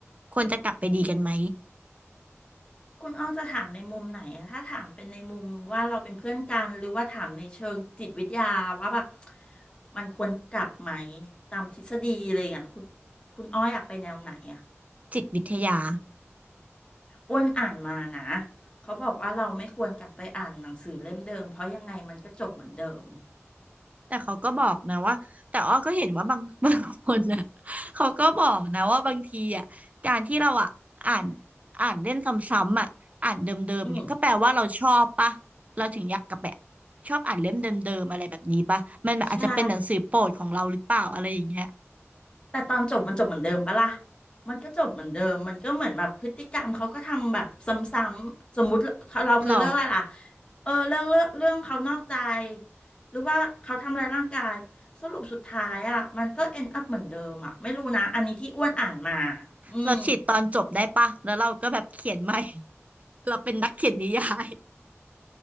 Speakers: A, on the right (about 30°); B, on the left (about 20°).
A: ควรจะกลับไปดีกันไหม
B: คุณอ้อจะถามในมุมไหนอะ ถ้าถามเป็นในมุมว่าเราเป็นเพื่อนกันหรือว่าถามในเชิงจิตวิทยาว่าแบบมันควรกลับไหมตามทฤษฎีเลยอ่ะคุณคุณอ้ออยากไปแนวไหนอ่ะ
A: จิตวิทยา
B: อ้วนอ่านมานะเขาบอกว่าเราไม่ควรกลับไปอ่านหนังสือเล่มเดิมเพราะยังไงมันก็จบเหมือนเดิม
A: แต่เขาก็บอกนะว่าแต่อ้อก็เห็นว่าบาง <laughs> บางคนน่ะเขาก็บอกนะว่าบางทีอ่ะการที่เราอ่ะอ่านอ่านเล่นซ้ำๆอ่ะอ่านเดิมๆเนี่ยก็แปลว่าเราชอบปะเราถึงอยากกลับไป
B: <laughs> อืม
A: ชอบอ่านเล่มเดิมๆอะไรแบบนี้ปะมันแบบอาจจะเป็นหนังสือโปรดของเราหรือเปล่าอะไรอย่างเงี้ย
B: ใช่ แต่ตอนจบมันจบเหมือนเดิมปะล่ะมันก็จบเหมือนเดิมมันก็เหมือนแบบพฤติกรรมเขาก็ทำแบบซ้ำๆสมมุติเราเคยเลิกอะไรล่ะ
A: หรอ
B: เออเลิกเลิกเรื่องเขานอกใจหรือว่าเขาทำอะไรายร่างกายสรุปสุดท้ายอ่ะมันก็ end up เหมือนเดิมอ่ะไม่รู้นะอันนี้ที่อ้วนอ่านมาอืม
A: เราฉีดตอนจบได้ปะแล้วเราก็แบบเขียนใหม่ <laughs> เราเป็นนักเขียนนิยาย